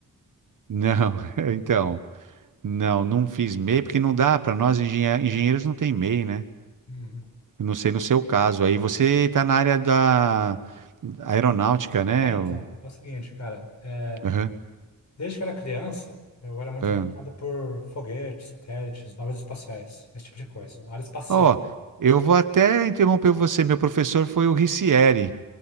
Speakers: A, on the right; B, on the left.
A: não, <laughs> então, não, não fiz MEI porque não dá para nós engenhe- engenheiros não tem MEI, né?
B: Uhum.
A: Eu Não sei no seu caso. Aí você está na área da aeronáutica, né?
B: É, então,
A: O-
B: é o seguinte, cara. é,
A: Aham,
B: desde que eu era criança, eu era muito
A: aham.
B: apaixonado por foguetes, satélites, naves espaciais, esse tipo de coisa. Área espacial.
A: Ó, eu vou até interromper você. Meu professor foi o Ricieri.